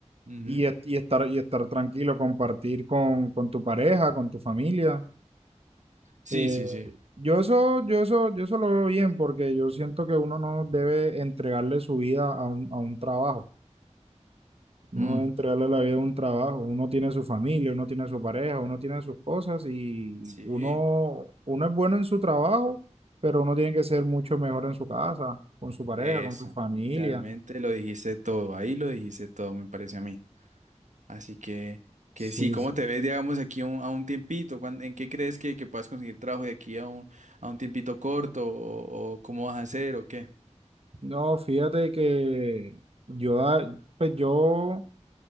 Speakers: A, on the right (about 80°); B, on the right (about 55°).
A: Ujú.
B: y, est- y estar, y estar tranquilo, compartir con, con tu pareja, con tu familia.
A: Sí,
B: Eh,
A: sí, sí.
B: yo eso, yo eso, yo eso lo veo bien porque yo siento que uno no debe entregarle su vida a un, a un trabajo. No
A: Mm.
B: debe entregarle la vida a un trabajo. Uno tiene su familia, uno tiene su pareja, uno tiene sus cosas y
A: Sí,
B: uno, uno es bueno en su trabajo, pero uno tiene que ser mucho mejor en su casa, con su pareja,
A: eso,
B: con su familia.
A: literalmente lo dijiste todo, ahí lo dijiste todo, me parece a mí. Así que, que
B: Sí,
A: sí, ¿cómo
B: sí.
A: te ves, digamos, aquí a un, a un tiempito? ¿Cuán- ¿En qué crees que, que puedas conseguir trabajo de aquí a un, a un tiempito corto? ¿O, o cómo vas a hacer o qué?
B: No, fíjate que yo, ah, pues yo,